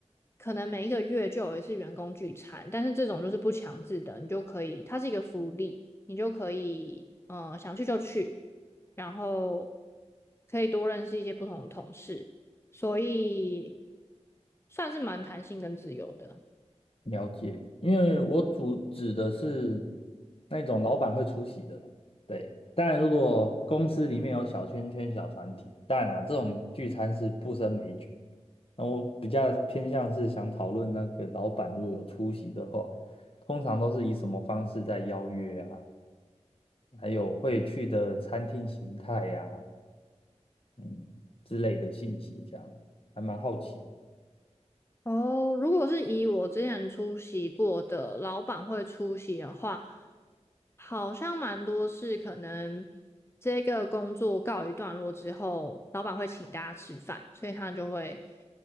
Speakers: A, on the left; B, on the left.
A: 可能每一个月就有一次员工聚餐，但是这种就是不强制的，你就可以，它是一个福利，你就可以，呃，想去就去。然后可以多认识一些不同的同事，所以算是蛮弹性跟自由的。
B: 了解，因为我主指的是那种老板会出席的，对。当然，如果公司里面有小圈圈、小团体，当然啊，这种聚餐是不胜枚举。那我比较偏向是想讨论那个老板如果有出席的话，通常都是以什么方式在邀约啊，还有会去的餐厅形态呀、嗯之类的信息，这样还蛮好奇
A: 哦，如果是以我之前出席过的老板会出席的话，好像蛮多是可能这个工作告一段落之后，老板会请大家吃饭，所以他就会